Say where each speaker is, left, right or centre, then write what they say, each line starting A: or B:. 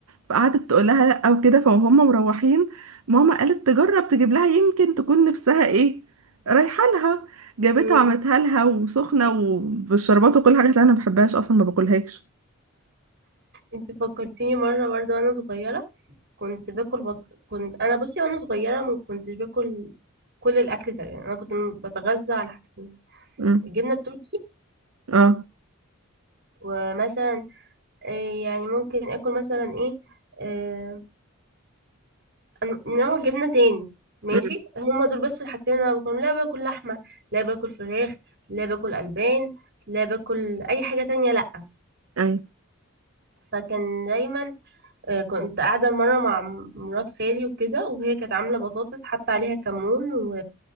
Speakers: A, on the right (about 80°); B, on the right (about 50°).
A: فقعدت تقول لها لا وكده فهم مروحين ماما قالت تجرب تجيب لها يمكن تكون نفسها ايه رايحه لها جابتها
B: مم.
A: وعملتها لها وسخنه وبالشربات وكل حاجه قالت لها انا ما بحبهاش اصلا ما باكلهاش
B: انت فكرتيني مرة برضه وانا صغيرة كنت باكل بط... كنت انا بصي وانا صغيرة ما كنتش باكل كل الاكل تقريبا انا كنت بتغذى على حاجتين
A: امم
B: الجبنة التركي
A: اه
B: ومثلا آه، يعني ممكن اكل مثلا ايه آه، أنا- نوع جبنه تاني ماشي
A: امم
B: هما دول بس الحاجتين اللي انا باكلهم لا باكل لحمه لا باكل فراخ لا باكل البان لا باكل اي حاجه تانية لا
A: ايوه
B: فكان دايما آه، كنت قاعده مره مع مرات خالي وكده وهي كانت عامله بطاطس حاطه عليها كمون و...